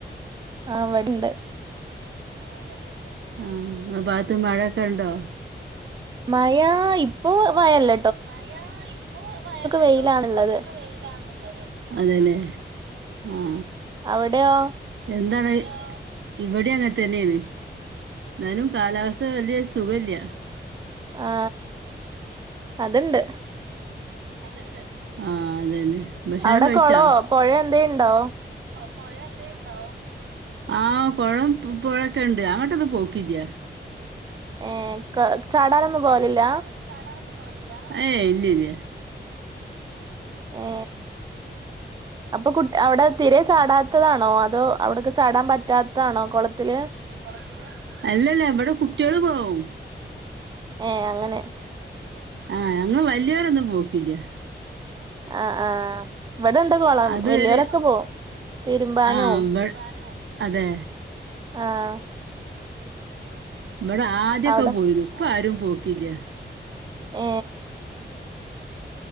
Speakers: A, on the right; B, on the right.
A: ആ വണ്ട്
B: അവിടെ ഇണ്ട് ആ നി ഭാഗത്ത് മഴൊക്കെ ഇണ്ടോ
A: മഴ ഇപ്പൊ വയല്ല
B: മഴ ഇപ്പൊ മയല്ലേട്ടോ
A: വെയിലാണുള്ളത്
B: ഇപ്പോ കൊറച്ചൊക്കെ വെയിലാണുള്ളത് അതന്നെ ആ
A: അവിടെയോ
B: എന്താണ് ടെയോ ഇവിടെ അങ്ങനെ തന്നെയാണ് എന്നാനും കാലാവസ്ഥ വലിയ സുഖല്ല്യ ആ
A: ആ അത്ണ്ട്
B: അത്ണ്ട് ആ അതന്നെ ഭക്ഷണം
A: അവിടെ
B: കഴിച്ചാ
A: കോളോ പുഴ എന്തേ ഇണ്ടോ
B: പുഴ എന്തെ ഇണ്ടോ ആ പുഴം പുഴൊക്കെണ്ട് അങ്ങോട്ടോന്ന് പോക്കില്ല
A: ഏ കോ ചാടാനൊന്നും പോവലില്ല
B: കോ ചാടാനൊന്നും പോലില്ല ഏയ് ഇല്ല ഇല്ല
A: ഏ അപ്പൊ കുട്ട അവിടെ തിരെ ചാടാ ത താണോ അതോ അവിടക്കെ ചാടാൻ പറ്റാത്തതാണോ കുളത്തില്?
B: ത്തില് അല്ലല്ല ഇവിടെ കുട്ടികള് പോകും.
A: ഏ അങ്ങനെ.
B: ആ ഞങ്ങള് വലിയവരൊന്നും പോക്കില്ല.
A: ആഹ് ആഹ്. ഇവിടെണ്ട് കുളം
B: അത്
A: വെല്യൊരൊക്കെ
B: ഒരു
A: പോം തിരുമ്പാനും
B: ആ ഇവ അതെ.
A: ആഹ്.
B: ഇവിടെ ആദ്യൊക്കെ
A: അവിടെ
B: പോയിന്നു ഇപ്പാരും പോക്കില്ല.
A: ഏ.